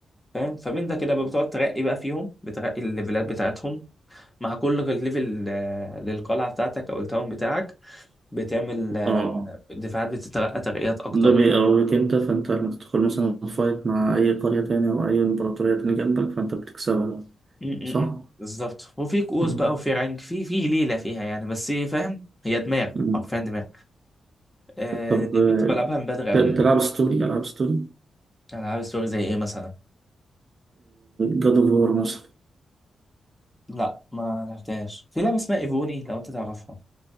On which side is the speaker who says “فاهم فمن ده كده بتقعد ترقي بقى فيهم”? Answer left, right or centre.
Centre